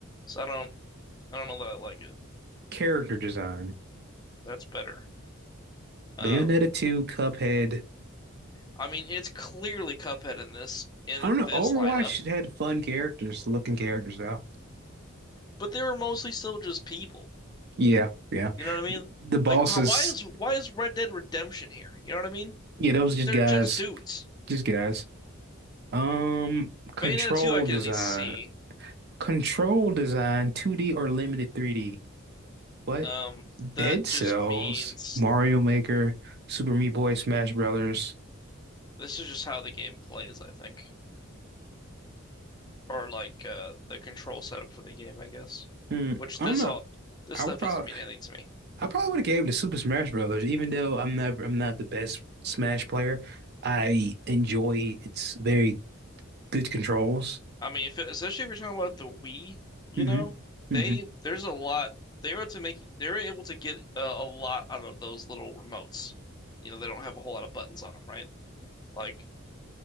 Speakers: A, on the left; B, on the right.
A: So I don't I don't know that I like it.
B: character design.
A: That's better. Um,
B: Bayonetta 2, Cuphead.
A: I mean, it's clearly Cuphead in this in
B: I don't know.
A: this
B: Overwatch
A: lineup,
B: had fun characters, looking characters though.
A: but they were mostly still just people.
B: Yeah, yeah.
A: You know what I mean?
B: The bosses.
A: Like, how, why is why is Red Dead Redemption here? You know what I mean?
B: Yeah, those just
A: they're
B: guys,
A: just dudes.
B: just guys. Um, control
A: Bayonetta 2, I can
B: design,
A: at least see.
B: control design, 2D or limited 3D. What?
A: Um, that
B: Dead Cells,
A: just means
B: Mario Maker, Super Meat Boy, Smash Brothers.
A: this is just how the game plays, I think. Or like uh the control setup for the game, I guess.
B: Hmm,
A: Which
B: I
A: this
B: don't know.
A: all this
B: I
A: stuff
B: would probably,
A: doesn't mean anything to me.
B: I probably would have gave it to Super Smash Brothers, even though I'm never, I'm not the best Smash player. I enjoy its very good controls.
A: I mean, if it, especially if you're talking about the Wii, you
B: hmm
A: know,
B: hmm
A: they there's a lot they were able to make they were able to get uh, a lot out of those little remotes. You know, they don't have a whole lot of buttons on them, right? Like